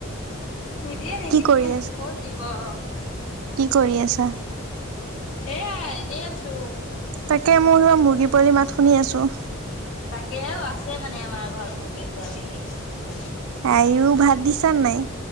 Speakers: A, on the left; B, on the right.
A: নিদিয়ে নিদিয়ে
B: কি কৰি আছা
A: কত দিব আহ
B: কি কৰি আছা
A: এয়া এনেই আছো
B: তাকে মোৰ স মুৰ্গী পোৱালি মাত শুনি আছোঁ
A: তাকেও আছে মানে আমাৰ ঘৰত মুৰ্গী পোৱালি
B: আইও ভাত দিছ নাই